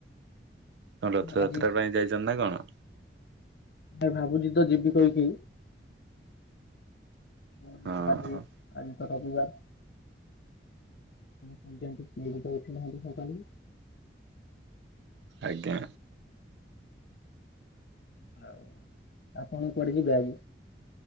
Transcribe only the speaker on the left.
ଆଜି
ନାଇଁ ଭାବୁଚି ତ ଯିବି କହିକି। <unintelligible>
ଆଜି
ଆଜି ତ ରବିବାର। <unintelligible> ଉଠିଲା ବେଳୁ ସକାଳୁ
ଆଉ ଆପଣ କୁଆଡେ ଯିବେ ଆଜି?